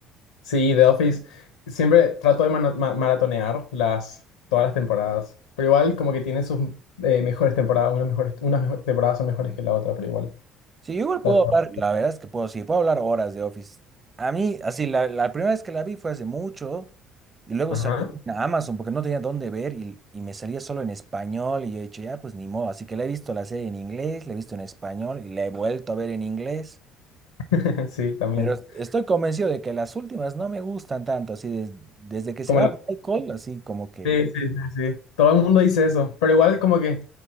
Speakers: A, on the left; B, on the right.
A: Sí, The Office. Siempre trato de mana- ma- maratonear las, todas las temporadas. Pero igual como que tiene sus eh, mejores temporadas. Unas mejores, unas mejo- temporadas son mejores que la otra, pero igual.
B: Sí, yo igual
A: trato-
B: puedo hablar, la verdad es que puedo, sí, puedo hablar horas de Office. A mí, así, la, la primera vez que la vi fue hace mucho y luego
A: Ajá.
B: salí en Amazon porque no tenía dónde ver y, y me salía solo en español y yo he dicho, ya, pues ni modo. Así que la he visto la serie en inglés, la he visto en español y la he vuelto a ver en inglés.
A: <laughs> Sí, también.
B: Pero es- estoy convencido de que las últimas no me gustan tanto, así, des- desde que se
A: Como
B: va Michael, así como que,
A: Sí, sí, sí, sí. Todo el mundo dice eso, pero igual como que